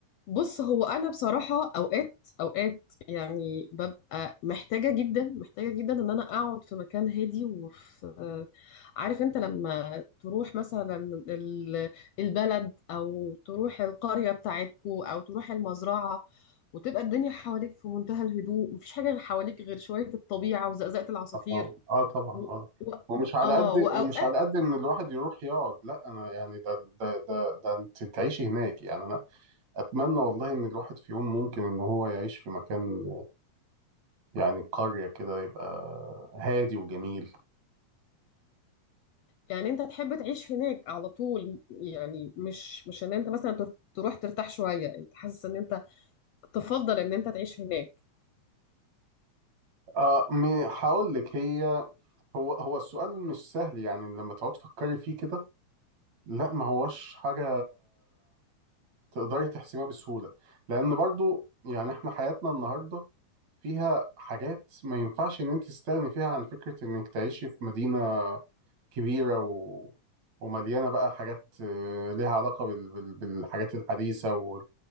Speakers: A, on the left; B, on the right.
A: بص هو انا بصراحه اوقات اوقات يعني ببقى محتاجه جدا محتاجه جدا ان انا اقعد في مكان هادي وفي آه، عارف انت لما تروح مثلا ال- البلد او تروح القريه بتاعتكو او تروح المزرعه وتبقى الدنيا حواليك في منتهى الهدوء مفيش حاجه حواليك غير شويه الطبيعه وزقزقه العصافير
B: اه آه طبعا
A: و...
B: اه
A: و...
B: ومش على
A: اه
B: قد
A: واوقات
B: ومش على قد ان الواحد يروح يقعد لا انا يعني ده ده ده ده انت تعيشي هناك يعني انا اتمنى والله ان الواحد في يوم ممكن ان هو يعيش في مكان يعني قرية كده يبقى هادي وجميل
A: يعني انت تحب تعيش هناك على طول يعني مش مش ان انت مثلا تر- تروح ترتاح شوية انت حاسس ان انت تفضل ان انت تعيش هناك
B: اه م- هقول لك هي هو هو السؤال مش سهل يعني لما تقعد تفكري فيه كده لا ما هوش حاجة تقدري تحسميها بسهولة لأن برضو يعني إحنا حياتنا النهاردة فيها حاجات ما ينفعش إن أنت تستغني فيها عن فكرة إنك تعيشي في مدينة كبيرة و... ومليانة بقى حاجات آه، ليها علاقة بال... بال... بالحاجات الحديثة وال...